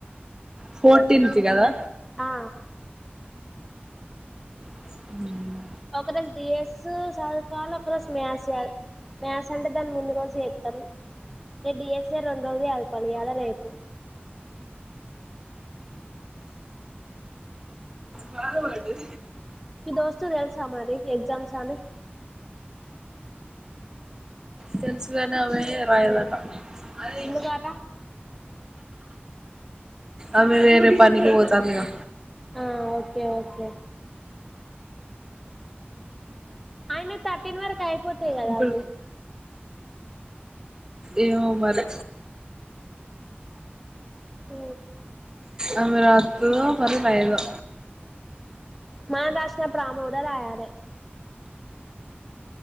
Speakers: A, on the right (about 20°); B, in the centre.
A: ఫోర్. టింకి కదా
B: ఆ
A: హహ
B: ఒక రోజు డీ ఎస్ సద్ ఫాలో ఒక రోజు మ్యాస్ సెయ్యాలి మ్యాస్ అండ్ దాని ముందు రోజు ఎత్తరు అంటే డిఎస్ఏ రెండ్రోజులు యదుకోవాలి ఇయ్యాల రేపు
A: బాగా పాడు
B: మీ దోస్తుకి తెలుసా మరి ఎగ్జామ్స్ అని
A: సెన్స్ లానావే రాయాలన్న అదే
B: ముందుగాట
A: అవి వేరే పనికి పోతాందిగా
B: ఆ ఓకే ఓకే ఆయన థర్టీన్ వరక్ అయిపోతయి కదా
A: ఇంకో
B: అవి
A: ఏమో మరి
B: హ్
A: ఆమె రాత్తదో మరి రాయదో
B: మనం రాసేటప్పుడు ఆమె గుడా రాయలె